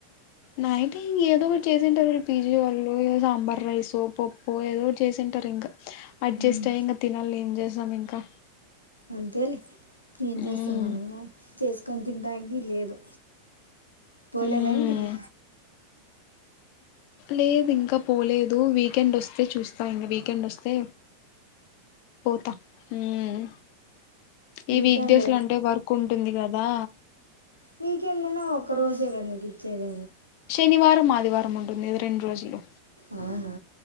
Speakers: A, on the left; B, on the left.
A: నైట్ ఇంక ఏదో ఒకటి చేసింటారు ఈ పీజీ వాళ్ళు ఏదో సాంబార్ రైస్ ఓ పప్పో ఏదో ఒకటి చేసింటారు ఇంకా అడ్జస్ట్
B: ఉమ్
A: అయి ఇంక తినాలి ఏం చేస్తాం ఇంకా
B: అంతే లే ఏం చేస్తాం
A: మ్మ్
B: మనగాని చేసుకొని తింటానికి లేదు పోలేదా
A: మ్మ్
B: ఇంటికి
A: లేదు ఇంకా పోలేదు వీకెండ్ వస్తే చూస్తా ఇంకా వీకెండ్ వస్తే పోతా ఉమ్ ఈ
B: వీకెండ్
A: వీక్డేస్ లో అంటే వర్క్ ఉంటుంది కదా
B: వీకెండన్నా ఒక్క రోజే కదా నీకు ఇచ్చేది
A: శనివారం ఆదివారము ఉంటుంది కదా రెండు రోజులు
B: అవునా